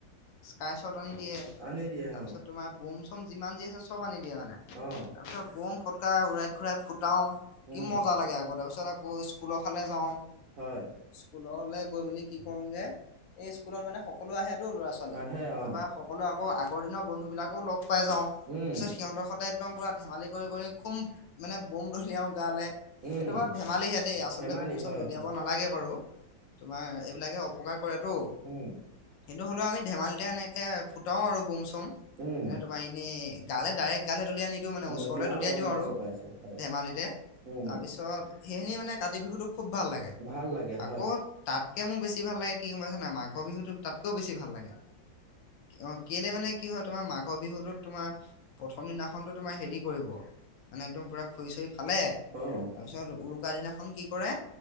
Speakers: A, on the left; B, on the right.
A: স্কাই শট আনি দিয়ে
B: আনি দিয়ে
A: তাৰপিছত
B: অ
A: তোমাৰ বম চম যিমান যি আছে। চব আনি দিয়ে মানে তাৰপিছত
B: অ
A: বম ফটকা উৰাই ঘূৰাই ফুটাও কি
B: উম
A: মজা লাগে আ তাৰপিছত আকৌ স্কুলৰ ফালে যাওঁ
B: হয়।
A: স্কুললৈ গৈ মেলি কি কৰোঁগে এই স্কুলত মানে সকলো আহেতো ল'ৰা ছোৱালী
B: আহে
A: তাৰপৰা
B: অ
A: সকলো আকৌ আগৰ দিনৰ বন্ধু বিলাকো লগ পাই যাওঁ।
B: উম
A: পিছত সিহঁতৰ সদায় একদম পুৰা ধেমালি কৰি কৰি খুম মানে বম দলিয়াও গালে
B: উম।
A: সেইটো বাৰো ধেমালিহে দেই আচলতে
B: ধেমালি
A: বম
B: হয়
A: চম দলিয়াব
B: হয়
A: নালাগে বাৰু তোমাৰ। অ এইবিলাকে অপকাৰ কৰেটো।
B: উম
A: সেইটো হ'লেও আমি ধেমালিতে এনেকে ফুটাও আৰু বম চম
B: উম।
A: এনে ত এনে গালে ডাইৰেক্ট গালে দলিয়াই নিদিওঁ মানে
B: নদী
A: ওচৰলৈ
B: অ
A: দলিয়াই
B: গম
A: দিওঁ
B: পাইছো
A: আৰু।
B: পাইছো হয়
A: ধেমালিতে
B: উম
A: তাৰপিছত সেইখিনি মানে কাতি বিহুটো খুব ভাল লাগে
B: ভাল লাগে
A: আকৌ
B: হয়।
A: তাতকে মোৰ বেছি ভাল লাগে কি গম পাইছ না মাঘৰ বিহুতো তাতকেও বেছি ভাল লাগে। অহ কেলে মানে কি হয় তোমাৰ মাঘৰ বিহুটোত তোমাৰ প্ৰথম দিনাখনতো তোমাৰ হেৰি কৰিব। মানে একদম পুৰা খৰি চৰি ফালে তাৰপিছত
B: অ
A: উৰুকা দিনাখন কি কৰে